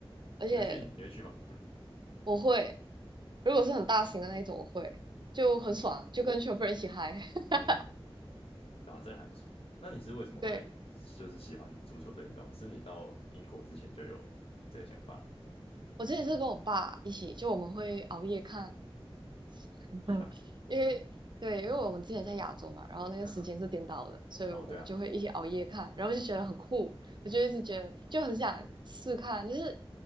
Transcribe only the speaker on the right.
而且
我会，如果是很大型的那一种，我会就很爽，
就跟全部人一起嗨。<laughs>
对，我之前是跟我爸一起，就我们会熬夜看，<laughs>
因为对，因为我们之前在亚洲嘛，然后那个时间是颠倒的，
所以我们就会一起熬夜看，
然后就觉得很酷，我就一直觉得就很想试看，就是